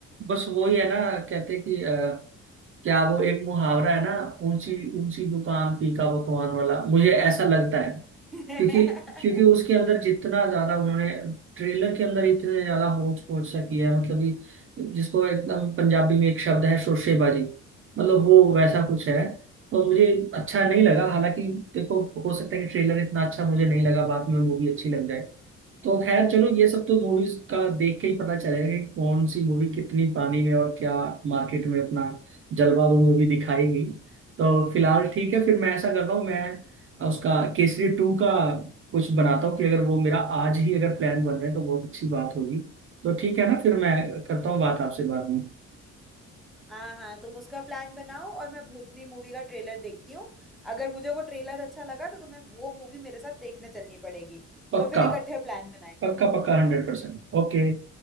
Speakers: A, on the right; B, in the centre.
A: बस वही है ना कहते हैं कि अ, क्या वो एक मुहावरा है ना ऊंची ऊंची दुकान फीका पकवान वाला मुझे ऐसा लगता है
B: <laughs>
A: क्योंकि क्योंकि उसके अंदर जितना ज्यादा उन्होंने ट्रेलर के अंदर इतने ज्यादा होच पोच सा किया है मतलब कि जिसको एकदम पंजाबी में एक शब्द है शोरशेबाजी मतलब वो वैसा कुछ है तो मुझे अच्छा नहीं लगा हालांकि देखो हो सकता है कि ट्रेलर इतना अच्छा मुझे नहीं लगा बाद में मूवी अच्छी लग जाए तो खैर चलो ये सब तो मूवीज का देख के ही पता चलेगा कि कौन सी मूवी कितनी पानी में और क्या मार्केट में अपना जलवा वो मूवी दिखाएगी तो फिलहाल ठीक है फिर मैं ऐसा करता हूँ मैं उसका केसरी टू का कुछ बनाता हूँ कि अगर वो मेरा आज ही अगर प्लान बन रहे हैं तो बहुत अच्छी बात होगी तो ठीक है ना फिर मैं करता हूँ बात आपसे बाद में
B: हाँ हाँ हाँ, तुम उसका प्लान बनाओ और मैं भूतनी मूवी का ट्रेलर देखती हूँ अगर मुझे वो ट्रेलर अच्छा लगा तो तुम्हें वो मूवी मेरे साथ देखने चलनी पड़ेगी
A: पक्का
B: तो फिर इकट्ठे प्लान बनाएंगे
A: पक्का पक्का हंड्रेड परसेंट ओके